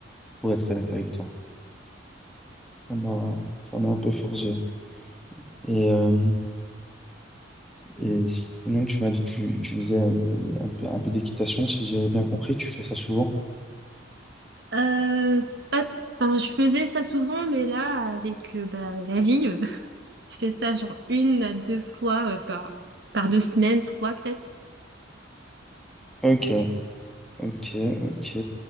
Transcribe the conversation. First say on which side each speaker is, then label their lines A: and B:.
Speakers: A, in the centre; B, on the right.
A: pour être honnête avec toi. Ça m'a, ça m'a un peu forgé. Et, euh, et sinon, tu m'as dit que tu, tu faisais euh, un peu, un peu d'équitation, si j'ai bien compris, tu fais ça souvent.
B: Euh, pas- enfin, je faisais ça souvent, mais là, avec euh, bah, la vie, euh, <laughs> je fais ça genre une à deux fois euh, par, par deux semaines, trois peut-être.
A: Ok, ok, ok.